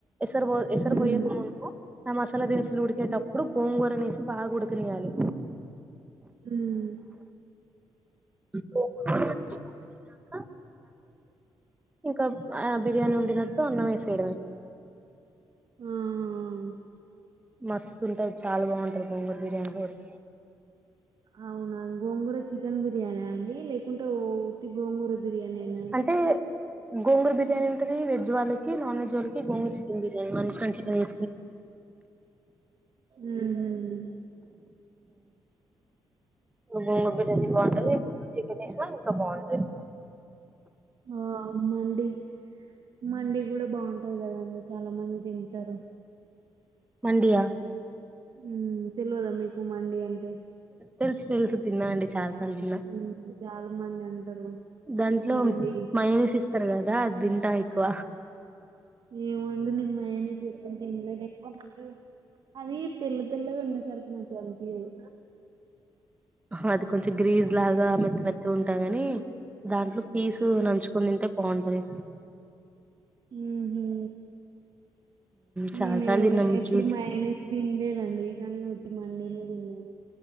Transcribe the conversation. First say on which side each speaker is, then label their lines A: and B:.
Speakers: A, on the right; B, on the right.
A: ఎసరు బో ఎసర్
B: ఉమ్
A: బొయ్యక ముందు నమస్ సాల దిన్స్ స్లు ఉడికేటప్పుడు గోంగూరనేస్ బాగా ఉడకనియాలి
B: మ్మ్
A: గోంగూర మంచిగా ఉడికినాక ఇంకా ఆ బిర్యానీ వండిన కో అన్నమేసేడమే
B: ఆహా
A: మస్ స్తుంటది చాలా బాగుంటది గోంగూరా బిర్యానీ కూడా
B: ఆ, అవునా గోంగూర చికెన్ బిర్యానా అండి లేకుంటే ఉత్తి గోంగూర బిర్యానేనా
A: అంటే గోంగూర బిర్యానీ ఉంటది వెజ్ వాళ్ళకి నాన్ వెజ్ వాళ్ళకి గోంగూర చికెన్ బిర్యానీ
B: ఉహ్మ్
A: గోంగు బిర్యానీ బాగుంటదింగ చికెన్ వేసినా ఇంకా బాగుంటది
B: ఆ మండి మండి కూడా బాగుంటది కదండి చాలా మంది తింటారు
A: మండియా
B: ఉ తెల్వదా మీ కు మండి అంటే
A: తెలుస్ తెలుసు తిన్నా అండి చాలాసార్లు తిన్నా
B: ఉమ్ చాలా మంది అంటారు
A: దాంట్లో
B: మండి
A: మైయేసిస్ తరు కదా అదింటాం ఎక్కువ
B: ఏమో అండి నేన్ మయోనీస్ ఎప్పుడు తినలే ఎక్కువ పాటు అది తెల్ల తెల్లగా ఉండేసరికి మంచిగా కనిపించదు
A: హా అది కొంచెం గ్రీజ్ లాగా మెత్త మెత్త ఉంటాదని దాంట్లో పీసు నంచుకొని తింటే బాగుంటది.
B: ఉహూ
A: చాలా
B: నేను
A: సార్లు తిన్నాము
B: ఎప్పుడు
A: జ్యూస్
B: మైనేస్ తినలేదండి కానీ ఉత్తి మండీనే తిన్న యమ్మి